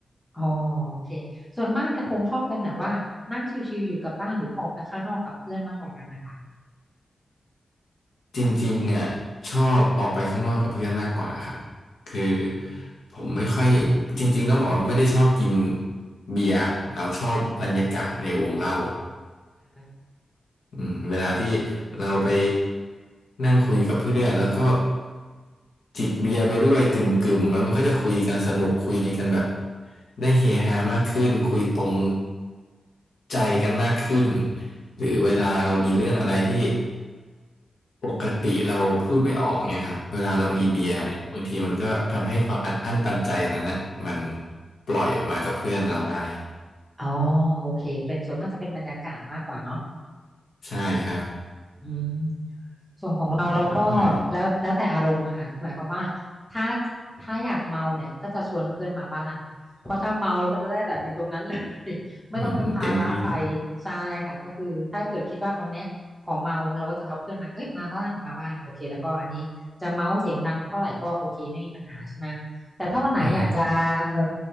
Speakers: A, in the centre; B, on the left (about 85°).
A: อ๋อโอเค ส่วนมากเนี่ยพงษ์ชอบเป็นแบบว่านั่งชิลๆอยู่กับบ้านหรือออกไปข้างนอกกับเพื่อนมากกว่ากันนะคะ
B: จริงๆอ่ะชอบออกไปข้างนอกกับเพื่อนมากกว่าครับคือ
A: อืม
B: ผมไม่ค่อยจริงๆต้องบอกว่าไม่ได้ชอบกินเบียร์แล้วชอบบรรยากาศในวงเล่า
A: ค่ะอ่า
B: อืมเวลาที่เราไปนั่งคุยกับเพื่อนแล้วก็จิบเบียร์ไปด้วยกึ่มกึ่มแล้วมันก็จะคุยกันสนุกคุยกันแบบได้เฮฮามากขึ้นคุยตรงใจกันมากขึ้นหรือเวลาเรามีเรื่องอะไรที่ปกติเราพูดไม่ออกเนี่ยครับเวลาเรามีเบียร์เนี่ยบางทีมันก็ทำให้ความอัดอั้นตันใจนั้นนะมัน
A: ค่ะ
B: ปล่อยออกมากับเพื่อนเราได้
A: อ๋อโอเคเป็นส่วนมากจะเป็นบรรยากาศมากกว่าเนาะ
B: ใช่ครับ
A: อืมส่วนของเราเราก็
B: อืมครับผม
A: แล้วแล้วแต่อารมณ์อะค่ะหมายความว่าถ้าถ้าอยากเมาเนี่ยก็จะชวนเพื่อนมาบ้านเพราะถ้าเมาเราก็จะได้แบบอยู่ตรงนั้นเลย <laughs> ไม่ต้องเป็นภาระใคร
B: อืมเต็มที่
A: ใช่ค่ะก็คือถ้าเกิดคิดว่าวันเนี้ยขอเมาเราก็จะเอาเพื่อนมาเอ้ยมาบ้านมาบ้านโอเคแล้วก็อันนี้จะเมาเสียงดังเท่าไหร่ก็โอเคไม่มีปัญหาใช่ไหมแต่ถ้าวันไหนอยากจะ
B: อืม
A: เออ